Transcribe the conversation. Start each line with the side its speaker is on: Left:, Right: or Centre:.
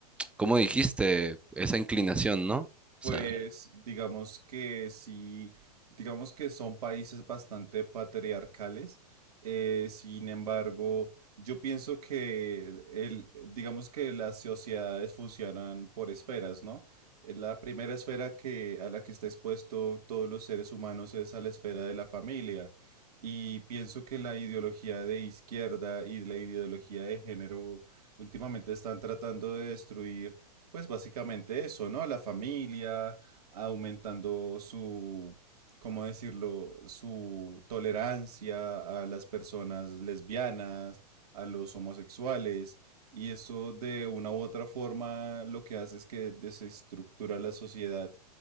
Centre: cómo dijiste, esa inclinación, ¿no? O
Right: Pues
Centre: sea,
Right: digamos que sí, digamos que son países bastante patriarcales. eh, sin embargo, yo pienso que el, digamos que las sociedades funcionan por esferas, ¿no? Eh, La primera esfera que, a la que está expuesto todos los seres humanos es a la esfera de la familia. Y pienso que la ideología de izquierda y la ideología de género últimamente están tratando de destruir pues básicamente eso, ¿no? La familia, aumentando su, ¿cómo decirlo? Su tolerancia a las personas lesbianas, a los homosexuales, y eso de una u otra forma lo que hace es que desestructura la sociedad.